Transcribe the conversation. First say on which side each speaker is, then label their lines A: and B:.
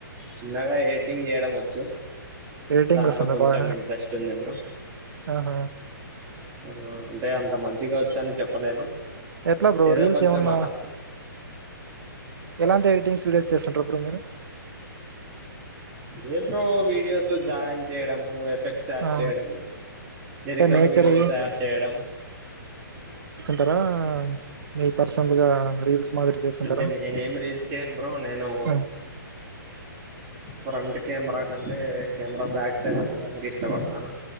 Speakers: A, on the right (about 25°); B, on the right (about 80°).
A: చిన్నగా ఎడిటింగ్ చేయడం వచ్చు
B: ఎడిటింగ్
A: దాంట్లో
B: వస్తుంద
A: కొంచెం
B: బాగ
A: ఇంట్రెస్ట్ ఉంది బ్రో
B: ఆ హ
A: ఆ అంటే అంత మంచిగా వచ్చు అని చెప్పలేను
B: ఎట్లా బ్రో
A: ఏదో
B: రీల్స్
A: కొంచెం
B: ఏమన్నా
A: అలా
B: ఎలాంటి ఎడిటింగ్స్ వీడియోస్ చేస్తుంటారు బ్రో మీరు
A: ఏ బ్రో వీడియోస్ జాయిన్ చేయడము ఫ్లెక్స్ యాడ్
B: ఆ
A: చేయడం లిరికల్
B: అంటే నేచర్వి
A: వీడియోలు తయారు చేయడం
B: టారా మీ పర్సనల్ గా రీల్స్ మాదిరి చేస్తుంటారా
A: అంటే నేనేం రీల్స్ చేయను బ్రో నేను
B: ఆ.
A: ఫ్రెంట్ కెమెరా కంటే కెమెరా బ్యాక్ సైడ్ ఉండడానికి ఇష్టపడతాను